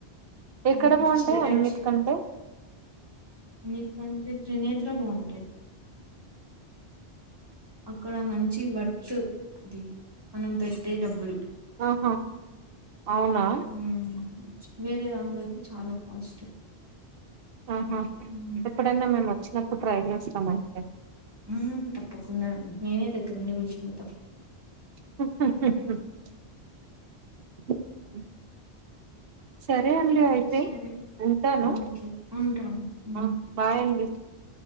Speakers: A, on the right; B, on the right.
A: ఎక్కడ
B: హ్మ్.
A: బావుంటాయి
B: చి రెడ్
A: అన్నిటికంటే
B: అన్నిటి కంటే త్రినేత్ర బావుంటాయి అక్కడ మంచి వర్త్ అది మనం పెట్టే డబ్బులు
A: ఆహా అవునా
B: ముహు వేరే దాంన్లో అయితే చాలా కాస్ట్
A: ఆహా
B: ఉమ్.
A: ఎప్పుడైనా మేము వచ్చినప్పుడు ట్రై చేస్తాం అయితే
B: మ్ తప్పకుండా నేనే దగ్గరుండి తీసుకుపోతా
A: <inaudible> సరే అండి అయితే
B: సరే
A: ఉంటాను
B: ఓకే ఉంటాను మ్
A: ఆ బాయ్ అండి